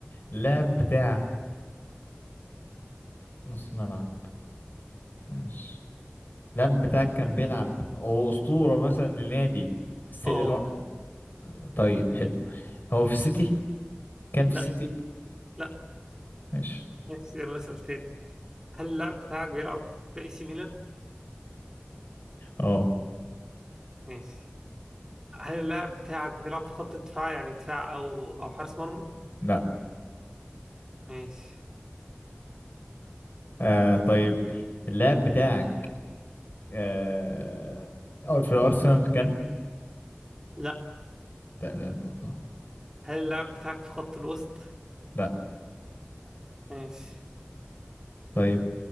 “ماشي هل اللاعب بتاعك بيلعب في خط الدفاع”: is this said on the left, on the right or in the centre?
Right